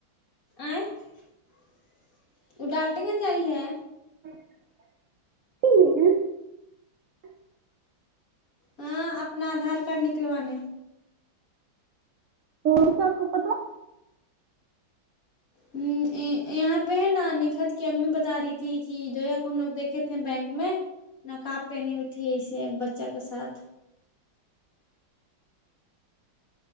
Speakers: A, on the left; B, on the right.
A: <unintelligible>
B: <inaudible>
A: ہاں اپنا آدھار کارڈ نکلوانے
B: کون سا آپ کو پتا ہے
A: امم یہاں پہ ہے نا نکھت کی امی بتا رہی تھی کہ جویا کو ہم لگ دیکھے تھ تھے بینک میں نقاب پہنی ہوئی تھی ایسے ایک بچہ کے ساتھ